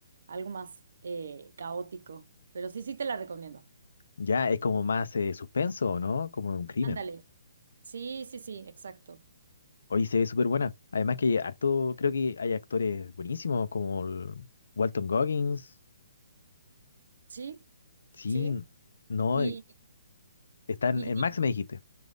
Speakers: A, on the right (about 65°); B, on the left (about 70°).
A: algo más eh, caótico, pero sí, sí te la recomiendo.
B: ya, es como más eh, suspenso, ¿no? Como de un crimen.
A: Ándale. Sí, sí, sí, exacto.
B: Oye, se ve súper buena. Además que harto, creo que hay actores buenísimos como el Walton Goggins.
A: Sí,
B: Sí,
A: sí.
B: no,
A: Y,
B: eh, está en
A: y- y
B: Max me dijiste.